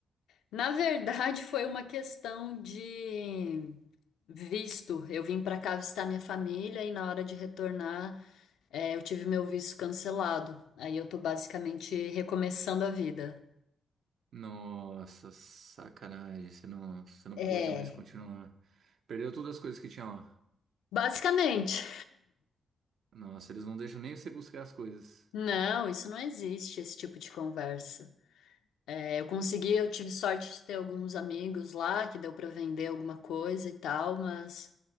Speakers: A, on the left; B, on the right.
A: Na verdade, foi uma questão de visto. Eu vim para cá visitar minha família e na hora de retornar, é, eu tive meu visto cancelado. Aí eu tô basicamente recomeçando a vida.
B: Nossa, sacanagem. Você não, você não
A: É,
B: pôde mais continuar. Perdeu todas as coisas que tinha lá.
A: basicamente.
B: Nossa, eles não deixam nem você buscar as coisas.
A: Não, isso não existe, esse tipo de conversa. É, eu consegui, eu tive sorte de ter alguns amigos lá, que deu para vender alguma coisa e tal, mas